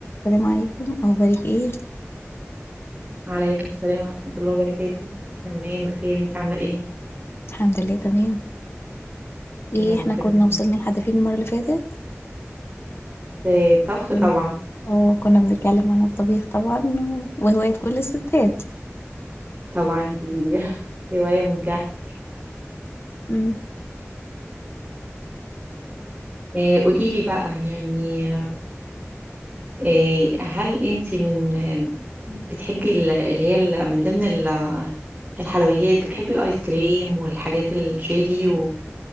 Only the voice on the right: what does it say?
وعليكم السلام ورحمة الله وبركاته تمام بخير انتي عاملة ايه
يا رب
دايما
في الطبخ طبعا
طبعا دي <laughs> هواية ممتعة
آه قولي لي بقى يعني آه هل انتي من آه، بتحبي ال- اللي هي ال- من ضمن ال- الحلويات بتحبي الايس كريم والحاجات الجيلي و-